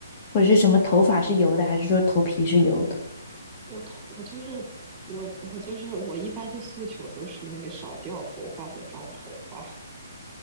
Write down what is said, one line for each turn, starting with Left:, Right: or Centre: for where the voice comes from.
Left: 或者是什么头发是油的，
Right: 我心
Left: 还是说头皮是油的？
Right: 我头，我就是我，我就是我一般的诉求都是那个少掉头发和长头发。